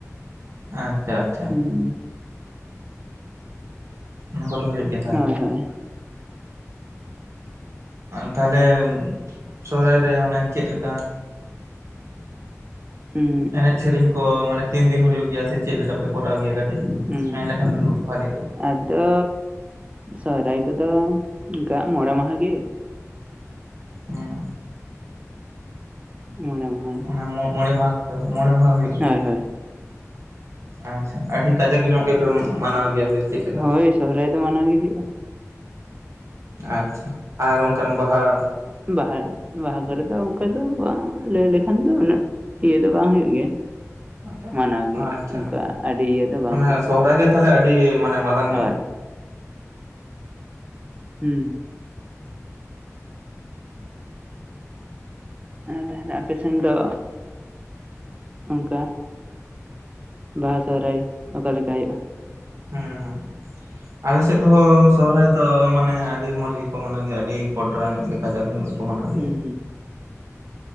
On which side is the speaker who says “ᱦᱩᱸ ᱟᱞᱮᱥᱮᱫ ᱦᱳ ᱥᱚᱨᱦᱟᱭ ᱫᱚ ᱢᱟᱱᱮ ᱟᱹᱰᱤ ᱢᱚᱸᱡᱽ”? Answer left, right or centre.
Right